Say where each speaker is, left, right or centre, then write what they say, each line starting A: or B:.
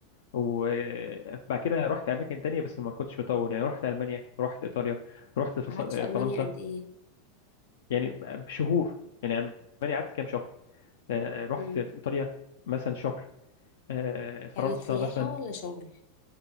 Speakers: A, on the left; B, on the left.
A: وبعد كده رحت اماكن تانية بس ما كنتش بطول يعني رحت المانيا رحت ايطاليا رحت فص...
B: قعدت في المانيا
A: فرنسا
B: قد ايه
A: يعني بشهور يعني المانيا قعدت كام شهر آه، رحت
B: امم
A: في ايطاليا مثلا شهر آه، فرنسا
B: كانت سياحة
A: مثلا
B: ولا شغل